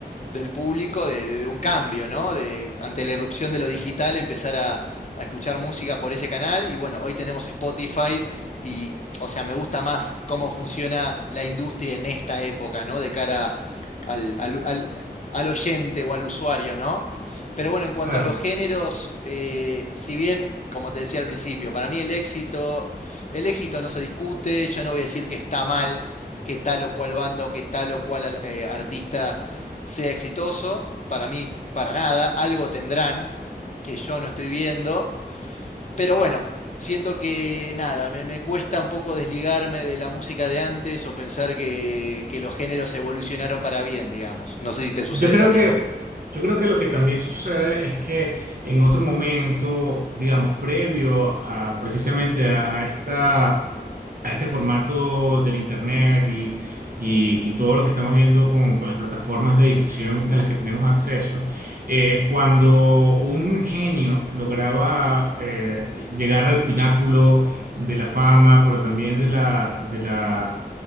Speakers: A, on the left; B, on the right.
A: del público de, de- de un cambio, ¿no? De, ante la irrupción de lo digital, empezar a, a escuchar música por ese canal. Y bueno, hoy tenemos Spotify y, o sea, me gusta más cómo funciona la industria en esta época, ¿no? De cara al, al- al- al oyente o al usuario, ¿no? Pero bueno, en cuanto
B: Claro.
A: a los géneros, eh, si bien, como te decía al principio, para mí el éxito, el éxito no se discute, yo no voy a decir que está mal, que tal o cual banda o que tal o cual al- eh, artista sea exitoso. Para mí, para nada. Algo tendrán que yo no estoy viendo. Pero bueno, siento que nada, me, me cuesta un poco desligarme de la música de antes o pensar que, que los géneros evolucionaron para bien, digamos. No sé si te sucede
B: Yo creo
A: lo mismo.
B: que, yo creo que lo que también sucede es que en otro momento, digamos, previo a precisamente a, a esta, a este formato del Internet y, y- y todo lo que estamos viendo con, con las plataformas de difusión a las que tenemos acceso, eh, cuando un genio lograba eh, llegar al pináculo de la fama, pero también de la, de la,